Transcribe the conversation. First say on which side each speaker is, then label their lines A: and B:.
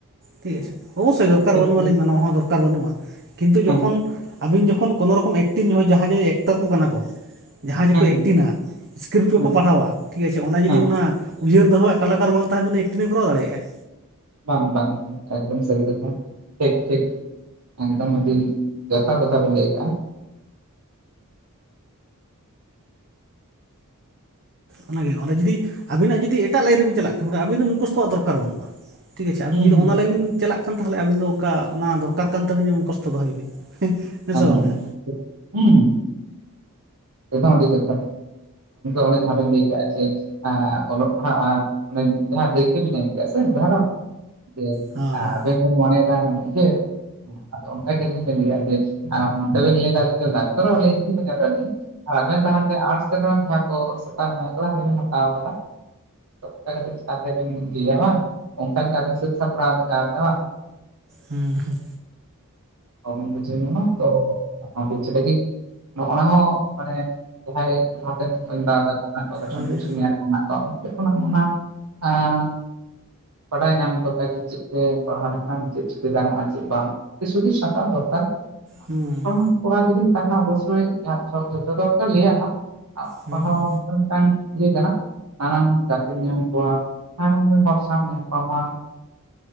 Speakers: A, on the right; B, on the right.
A: ᱴᱷᱤᱠ ᱟᱪᱷᱮ, ᱚᱵᱚᱥᱥᱳᱭ ᱫᱚᱨᱠᱟᱨ
B: ᱴᱷᱤᱠ
A: ᱵᱟᱹᱱᱩᱜ
B: ᱴᱷᱤᱠ
A: ᱟᱹᱞᱤᱧ ᱢᱟᱱᱟᱣᱟ ᱦᱚᱸ ᱫᱚᱨᱠᱟᱨ ᱵᱟᱹᱱᱩᱜᱼᱟ᱾ ᱠᱤᱱᱛᱩ ᱡᱚᱠᱷᱚᱱ,
B: ᱦᱮᱸ
A: ᱟᱹᱵᱤᱱ ᱡᱚᱠᱷᱚᱱ, ᱠᱳᱱᱳ ᱨᱚᱠᱚᱢ ᱮᱠᱴᱤᱢ ᱡᱚ ᱡᱟᱦᱟᱸᱭ ᱡᱮ ᱮᱠᱴᱟᱨ ᱠᱚ ᱠᱟᱱᱟ ᱠᱚᱼᱼ ᱡᱟᱦᱟᱸᱭ ᱡᱮᱠᱚ
B: ᱦᱮᱸ
A: ᱮᱠᱴᱤᱝᱼᱟ
B: ᱦᱮᱸ
A: ᱤᱥᱠᱨᱤᱯᱴ ᱠᱚᱠᱚ
B: ᱦᱮᱸ
A: ᱯᱟᱲᱦᱟᱣᱼᱟᱼᱼ ᱴᱷᱤᱠ ᱟᱪᱷᱮ, ᱚᱱᱟ ᱡᱩᱫᱤ
B: ᱦᱮᱸ
A: ᱚᱱᱟ ᱩᱭᱦᱟᱹᱨ ᱫᱚᱦᱚᱣᱟᱜ ᱠᱟᱞᱟᱠᱟᱨ ᱵᱟᱝ ᱛᱟᱦᱮ ᱛᱩᱱᱩᱜ ᱮᱠᱴᱤᱝ ᱮᱭ ᱠᱚᱨᱟᱣ ᱫᱟᱲᱮᱭᱟᱜᱟᱭ
B: ᱵᱟᱝᱼᱵᱟᱝ, ᱮᱠᱫᱚᱢ ᱥᱟᱹᱨᱤ ᱠᱟᱛᱷᱟ, ᱴᱷᱤᱠᱼᱴᱷᱤᱠ ᱮᱠᱫᱚᱢ ᱟᱹᱰᱤ, ᱡᱚᱛᱷᱟᱛ ᱠᱟᱛᱷᱟ ᱵᱮᱱ ᱞᱟᱹᱭ ᱟᱠᱟᱜᱼᱟ
A: ᱚᱱᱟᱜᱮ, ᱚᱱᱟ ᱡᱩᱫᱤ ᱟᱵᱤᱱᱟᱜ ᱡᱩᱫᱤ ᱮᱴᱟᱜ ᱞᱟᱭᱤᱱ ᱨᱮᱵᱤ ᱪᱟᱞᱟᱜ ᱠᱷᱟᱱ ᱟᱵᱤᱱ ᱢᱩᱠᱷᱚᱥᱛᱚᱣᱟᱜ ᱫᱚᱨᱠᱟᱨ ᱵᱟᱹᱱᱩᱜᱼᱟ᱾ ᱴᱷᱤᱠ ᱟᱪᱷᱮ ᱟᱵᱤᱱ
B: ᱦᱩᱸ
A: ᱡᱩᱫᱤ ᱚᱱᱟ ᱞᱟᱭᱤᱱ ᱵᱤᱱ ᱪᱟᱞᱟᱜᱼᱼ ᱮᱠᱷᱟᱱ ᱛᱟᱦᱚᱞᱮ ᱟᱹᱵᱤᱱ ᱫᱚ ᱚᱱᱠᱟ, ᱚᱱᱟ ᱫᱚᱨᱠᱟᱨ ᱠᱟᱱ ᱛᱟᱹᱵᱤᱱᱟ ᱡᱩᱠᱷᱥᱛᱚ ᱫᱚᱦᱚᱭ ᱵᱤᱱ᱾ ᱦᱮᱸ
B: <unintelligible>
A: ᱥᱮ ᱵᱟᱝᱟ
B: ᱦᱩᱸ <inaudible> ᱟᱹᱰᱤ ᱠᱟᱛᱷᱟ, ᱚᱱᱮ ᱡᱟᱦᱟᱸ ᱵᱮᱱ ᱞᱟᱹᱭ ᱠᱟᱼᱟᱼᱼ <unintelligible> ᱮᱸ, ᱚᱞᱚᱜ ᱯᱟᱲᱦᱟᱜᱼᱟ, ᱡᱟᱦᱟᱸ <unintelligible> ᱠᱮᱜᱼᱟ ᱥᱮ ᱫᱷᱟᱨᱚᱱᱼᱼ ᱡᱮ,
A: ᱦᱮᱸ ᱦᱳᱭ
B: ᱟᱼᱟᱵᱮᱱ ᱵᱮᱱ ᱢᱚᱱᱮᱭ ᱫᱟ, ᱦᱟᱱᱮ ᱤᱭᱟᱹᱼᱼ ᱟᱫᱚ ᱚᱱᱠᱟ ᱜᱮ <unintelligible> ᱡᱮ, <unintelligible> ᱟᱵᱮᱱ ᱛᱟᱦᱮᱱ ᱛᱮᱼᱼ ᱟᱨᱴᱥ ᱨᱮᱱᱟᱜ ᱡᱟᱦᱟᱸ ᱠᱚ ᱥᱟᱛᱟᱢ ᱢᱮᱱᱟᱜ ᱠᱟᱫᱟ ᱚᱸᱰᱮ ᱵᱮᱱ ᱦᱟᱛᱟᱣ ᱠᱟᱫᱟ᱾ <unintelligible> ᱠᱟᱛᱮ <unintelligible> ᱨᱮᱵᱮᱱ ᱧᱩ ᱭᱟ ᱵᱟᱝ᱾ ᱚᱱᱠᱟ ᱞᱮᱠᱟ ᱟᱹᱵᱤᱱ ᱥᱟᱹᱛ ᱥᱟᱯᱲᱟᱣ ᱞᱟᱜᱟᱣᱵᱮᱱᱟ ᱵᱟᱝ᱾
A: ᱦᱩᱸ ᱦᱩᱸ
B: ᱵᱟᱵᱚᱱ ᱵᱩᱷᱟᱹᱣ ᱧᱟᱢᱟ ᱛᱚ, ᱵᱩᱡᱟᱹᱣ ᱞᱟᱹᱜᱤᱫ, ᱱᱚᱜᱼᱚ ᱱᱟ ᱦᱚᱸᱼᱼ ᱢᱟᱱᱮ, ᱡᱟᱦᱟᱸᱭ ᱞᱟᱦᱟᱛᱮᱱ <unintelligible>
A: ᱟᱹᱣᱨᱤ
B: <unintelligible> ᱠᱷᱚᱱᱟᱜ ᱚᱱᱟ, ᱟᱸᱼᱼ ᱵᱟᱰᱟᱭ ᱧᱟᱢ <unintelligible> ᱞᱮᱠᱟ ᱡᱮ ᱪᱮᱫ ᱛᱮ ᱯᱟᱲᱦᱟᱣ ᱞᱮᱠᱷᱟᱱ ᱪᱮᱫ ᱪᱤᱠᱟᱹ ᱜᱟᱱᱚᱜᱼᱟ ᱪᱮᱫ ᱵᱟᱝ? ᱥᱩᱫᱤ ᱥᱟᱛᱟ ᱫᱚᱨᱠᱟᱨ
A: ᱦᱩᱸ
B: <unintelligible> ᱠᱚᱲᱟ ᱡᱩᱫᱤᱤᱱ ᱛᱟᱦᱮᱱᱟ ᱚᱵᱚᱥᱥᱳᱭ ᱡᱚᱼᱡᱚᱛᱚ ᱫᱚᱠᱚ ᱞᱟᱹᱭ ᱟᱢᱟᱼᱼ <unintelligible>
A: ᱦᱩᱸ
B: ᱯᱟᱲᱦᱟᱣ <unintelligible> ᱢᱤᱫᱴᱟᱝ ᱤᱭᱟᱹ ᱠᱟᱱᱟ ᱱᱟᱱᱟ, ᱱᱟᱱᱟ ᱦᱩᱸ ᱜᱟᱛᱮ᱾ ᱧᱟᱢ ᱠᱚᱣᱟ, ᱦᱮᱸ, ᱦᱚᱲ ᱥᱟᱣᱮᱢ ᱧᱟᱯᱟᱢᱟ